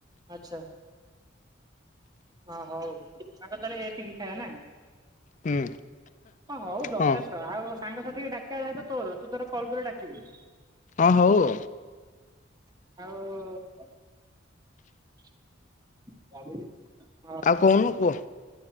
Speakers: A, on the right; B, on the left.
A: ଆଛା। ହଁ ହଉ ତାଙ୍କର ତାହେଲେ ଏତିିକି ଖାଇବା ନା
B: ହୁଁ
A: ହ ହଉ ଯ
B: ହଁ
A: ତେସ ଆଉ ସାଙ୍ଗ ସାଥିକି ଡାକିବା ଦାୟିତ୍ୱ ତୋର ତୁ ତୋର କଲ୍ କରି ଡାକିବୁ।
B: ଅ ହଉ ଆଉ।
A: ଆଉ
B: ଆଉ କହୁନୁ କୁହ।